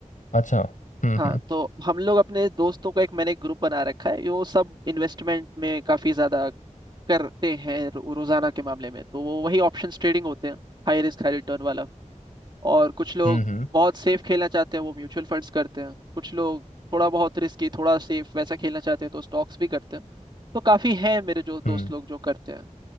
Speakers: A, on the left (about 75°); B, on the right (about 35°).
A: अच्छा हम्म
B: हाँ
A: हम्म
B: तो हम लोग अपने दोस्तों का एक मैंने एक ग्रुप बना रखा है वो सब इन्वेस्टमेंट में काफी ज्यादा करते हैं रो, रोजाना के मामले में तो वो वही ऑप्शंस ट्रेडिंग होते हैं हाई रिस्क हाई रिटर्न वाला और कुछ लोग
A: हम्म हम्म
B: बहुत सेफ खेलना चाहते हैं वो म्यूचुअल फंड्स करते हैं कुछ लोग थोड़ा बहुत रिस्की थोड़ा सेफ वैसा खेलना चाहते हैं तो स्टॉक्स भी करते हैं तो काफ़ी हैं मेरे जो दोस्त
A: हम्म,
B: लोग जो करते हैं